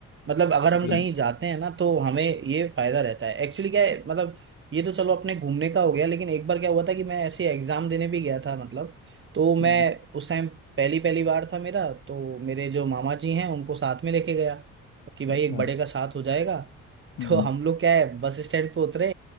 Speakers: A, on the right; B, on the left.
A: मतलब अगर
B: जी
A: हम कहीं जाते हैं ना तो हमें ये फायदा रहता है एक्चुअली क्या है मतलब ये तो चलो अपने घूमने का हो गया लेकिन एक बार क्या हुआ था कि मैं ऐसे एग्जाम देने भी गया था मतलब तो मैं
B: हम्म,
A: उस टाइम पहली पहली बार था मेरा तो मेरे जो मामा जी हैं उनको साथ में लेके गया कि भाई
B: अच्छा
A: एक
B: हम्म
A: बड़े का साथ हो जाएगा
B: हम्म
A: तो हम लोग क्या है बस स्टैंड पे उतरे